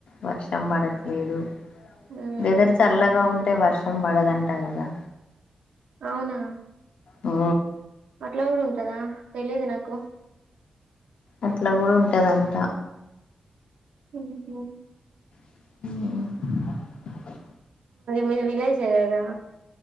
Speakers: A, on the left; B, on the right.
A: వర్షం పడట్లేదు
B: మ్మ్.
A: వెదర్ చల్లగా ఉంటే వర్షం పడదంట కదా
B: అవునా
A: ఆ
B: ఇట్ల కూడా ఉంటదా తెలిదు నాకు
A: అట్ల కూడ ఉంటదంట
B: ఉహు
A: ఉ
B: మీది విలేజే కదా